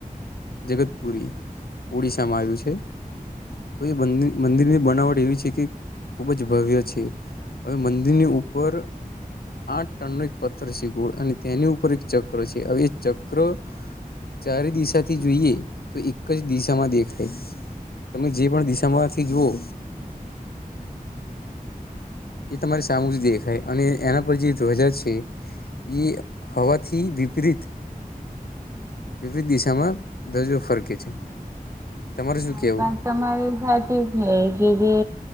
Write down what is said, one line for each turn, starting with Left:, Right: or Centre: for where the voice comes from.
Left: જગતપુરી, ઓડિશામાં આયુ છે. તો એ મંદી, મંદિર બનાવટ એવી છે કે ખૂબ જ ભવ્ય છે હવે મંદિરની ઉપર આઠ ટનનો એક પથ્થર છે ગોળ અને તેની ઉપર એક ચક્ર છે હવે ચક્ર ચારે દિસાથી જોઈએ, તો એક જ દિસામાં દેખાય તમે જે પણ દિસામાંથી જુઓ
Right: <inaudible>
Left: એ તમારે સામું જ દેખાય અને એના પર જે ધ્વજા છે. એ હવા થી વિપરીત વિવિધ દિશામાં ધવજો ફરકે છે. તમારે
Right: હા
Left: શું કેવું
Right: એ વાત તમારી સાચી જ છે કે જે.